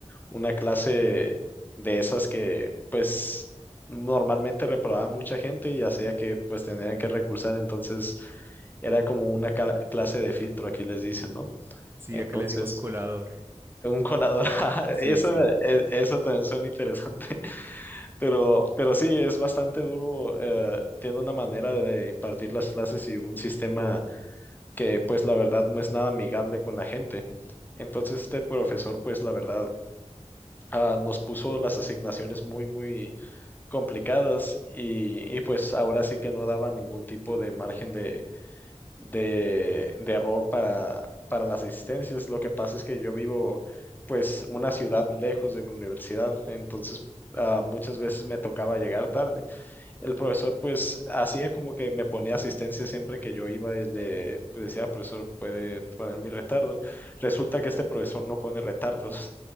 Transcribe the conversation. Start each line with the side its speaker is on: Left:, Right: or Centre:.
Left: una clase de esas que pues normalmente reprobaba mucha gente y hacía que pues tendrían que recursar, entonces era como una cla- clase de filtro, aquí les dicen, ¿no?
Right: Sí,
Left: Entonces,
Right: acá le decimos colador.
Left: un colador, <laughs>
Right: Sí,
Left: eso,
Right: sí.
Left: me- e- eso también suena interesante, <laughs> pero, pero sí, es bastante duro, eh, tiene una manera de impartir las clases y un sistema que pues la verdad no es nada amigable con la gente. Entonces este profesor pues la verdad ah, nos puso las asignaciones muy, muy complicadas y, y pues ahora sí que no daba ningún tipo de margen de, de, de error para, para las asistencias. Lo que pasa es que yo vivo pues una ciudad lejos de mi universidad, entonces ah, muchas veces me tocaba llegar tarde. El profesor pues hacía como que me ponía asistencia siempre que yo iba y le pues, decía, "Ah, profesor, puede poner mi retardo. Resulta que este profesor no pone retardos.